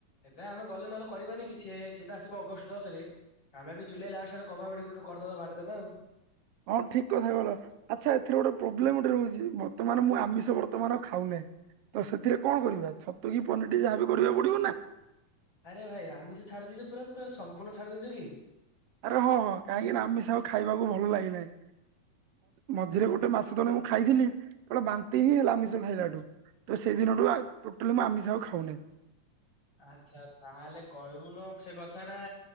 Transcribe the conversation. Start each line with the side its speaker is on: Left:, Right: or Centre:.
Left: ଏବେ ଆମେ ଗଲେ ନହଲେ କରିବାନି କି। ସିଏ ସିଏ ତ ଆସିବ ଅଗଷ୍ଟ ଦଶ ରେ। ଆମେ ବି ଜୁଲାଇ ଲାଷ୍ଟ ରେ କବାବ ଗୋଟେ କରିଦବା। ବାଣ୍ଟିଦବା ଆଉ।
Right: ହଁ ଠିକ୍ କଥା ଗଲା। ଆଚ୍ଛା ଏଥିରେ ଗୋଟେ ପ୍ରୋବ୍ଲେମ ଗୋଟେ ରହୁଛି। ବର୍ତ୍ତମାନ ମୁଁ ଆମିଷ ବର୍ତ୍ତମାନ ଆଉ ଖାଉ ନାହିଁ। ତ ସେଥିରେ କଣ କରିବା। ଛତୁ କିି ପନିର ଟେ ଯାହାବି କରିବାକୁ ପଡିବ ନା।
Left: ଆରେ ଭାଇ ଆମିଷ ଛାଡି ଦେଇଛ। ପୁରା ସମ୍ପୂଣ୍ଣ ଛାଡି ଦେଇଛ କି?
Right: ଆରେ ହଁ ହଁ କାହିଁକି ନା ଆମିଷ ଆଉ ଖାଇବାକୁ ଭଲ ଲାଗିନାହିଁ। ମଝିରେ ଗୋଟେ ମାସ ତଳେ ମୁଁ ଖାଇଥିଲି। ଗୋଟେ ବାନ୍ତି ହେଇଗଲା ଆମିଷ ଖାଇଲାଠୁ। ତ ସେଇଦିନଠୁ ଟୋଟାଲି ମୁଁ ଆମିଷ ଆଉ ଖାଉନାହିଁ।
Left: ଆଚ୍ଛା ତାହେଲେ କହିବୁନ ସେ କଥା ଟା।